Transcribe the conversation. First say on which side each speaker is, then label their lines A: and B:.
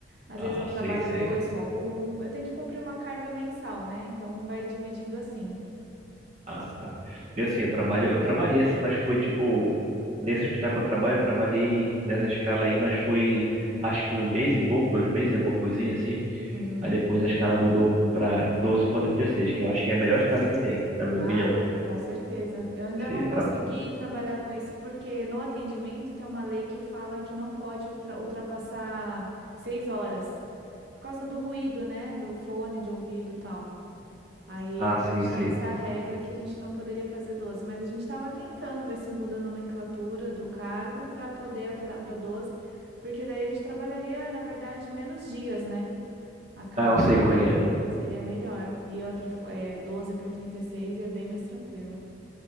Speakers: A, on the right; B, on the right.
A: Às
B: Ah,
A: vezes eu trabalho
B: sei, sei.
A: dois, folgo um. Eu tenho que cumprir uma carga mensal, né? Então vai dividindo assim.
B: Ah, tá. E assim, eu trabalho, eu trabalhei assim, mas foi tipo, nesse hospital que eu trabalho, eu trabalhei nessa escala aí, mas foi acho que um mês e pouco, dois meses, alguma coisinha assim.
A: Hum,
B: Aí depois a escala mudou pra 12 para trinta e seis que eu acho que é a melhor escala que tem, na minha
A: ah,
B: opinião.
A: com certeza. Eu ainda
B: Você
A: não
B: traba...
A: consegui trabalhar com isso porque no atendimento tem uma lei que fala que não pode ultra- ultrapassar seis horas por causa do ruído, né? Do fone de ouvido e tal. Aí
B: Ah,
A: a
B: sim,
A: gente
B: sim.
A: tem essa regra que a gente não poderia fazer 12, mas a gente estava tentando ver se muda a nomenclatura do cargo para poder alterar para 12, porque daí a gente trabalharia, na verdade, menos dias, né? A carga
B: Ah, eu sei como é que é.
A: é, seria melhor. E outra, fo- é, 12 por 36 é bem mais tranquilo.